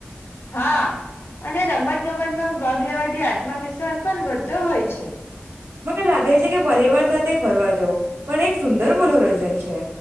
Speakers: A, on the left; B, on the right.
A: હાં અને રમત ગમતમાં ભાગ લેવાઠી આત્મવિશ્વાસ પણ વધતો હોય છે.
B: મને લાગે છે કે પરિવાર સાથે ફરવા જવું. પણ એક સુંદર મનોરં જન છે.